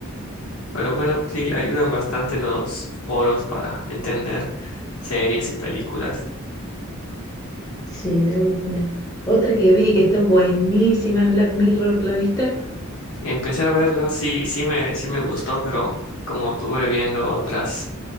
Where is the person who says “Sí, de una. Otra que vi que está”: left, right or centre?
Left